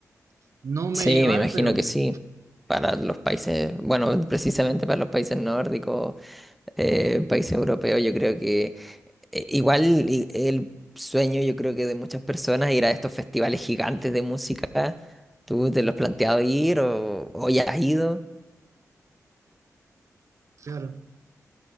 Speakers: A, on the right (about 55°); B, in the centre.
A: no medieval,
B: Sí, me imagino
A: pero
B: que
A: que,
B: sí. Para los países, bueno, precisamente para los países nórdicos, eh, países europeos, yo creo que E- Igual i- el sueño, yo creo que de muchas personas, ir a estos festivales gigantes de música. ¿Tú te lo has planteado ir o, o ya has ido?
A: claro.